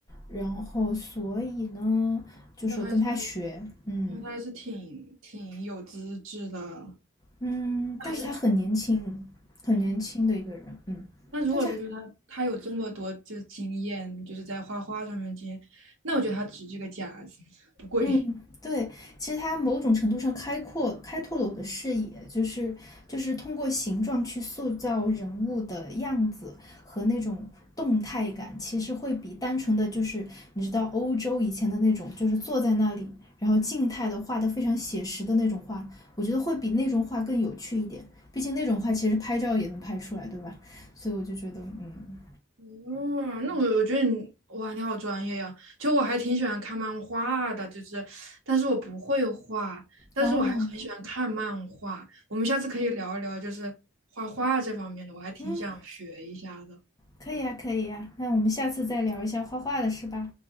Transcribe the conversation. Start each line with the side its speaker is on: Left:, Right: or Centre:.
Left: 然后所以呢，就说跟他学，
Right: 那还是
Left: 嗯
Right: 那还是挺挺有资质的，
Left: 嗯，
Right: 还是
Left: 但是他很年轻，很年轻的一个人，
Right: 嗯。
Left: 嗯，
Right: 那如果是就是他他有这么多就是经验，
Left: 但是
Right: 就是在画画上面经验，那我觉得他值这个价子，不贵。
Left: 嗯，对，其实它某种程度上开阔开拓了我的视野，就是就是通过形状去塑造人物的样子和那种动态感，其实会比单纯的就是你知道欧洲以前的那种，就是坐在那里，然后静态的画的非常写实的那种画，我觉得会比那种画更有趣一点。毕竟那种画其实拍照也能拍出来，对吧？所以我就觉得，嗯，
Right: 哦，那我我觉得你哇，你好专业呀！就我还挺喜欢看漫画的，就是，但是我不会画，但是我还很喜欢看漫画。
Left: 哦，
Right: 我们下次可以聊一聊，就是画画这方面的，我还挺想学一下的。
Left: 嗯，可以呀，可以呀，那我们下次再聊一下画画的事吧。